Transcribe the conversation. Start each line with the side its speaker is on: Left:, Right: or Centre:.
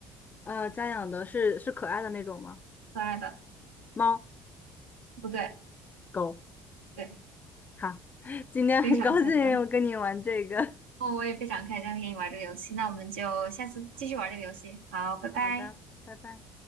Left: 呃，家养的是是可爱的那种吗？
Right: 可爱的，
Left: 猫
Right: 不对，
Left: 狗，
Right: 对，
Left: 好，<laughs> 今天很高兴又跟你玩这个。
Right: 非常简单。哦，我也非常开心今天跟你玩这个游戏，那我们就下次继续玩这个游戏。好，拜拜。
Left: 好的，拜拜。